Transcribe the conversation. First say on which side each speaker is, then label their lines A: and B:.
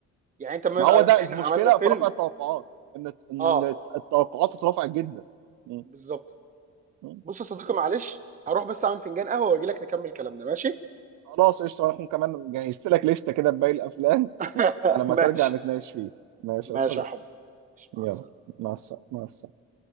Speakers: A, on the right; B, on the right.
A: يعني انت لما
B: ما
A: يبقى
B: هو ده
A: احنا
B: المشكلة
A: عملنا فيلم
B: في رفع التوقعات ان ان
A: اه
B: التوقعات اترفعت جدا مم.
A: بالظبط
B: مم.
A: بص يا صديقي معلش هروح بس اعمل فنجان قهوه واجي لك نكمل كلامنا ماشي
B: خلاص قشطة انا هكون كمان جهزت لك لستة كده بباقي الافلام
A: <laughs>
B: على ما
A: ماشي
B: ترجع نتناقش فيه ماشي
A: ماشي
B: يا صديقي
A: يا حب ماشي، مع
B: يلا
A: السلامه
B: مع السلامة مع السلامة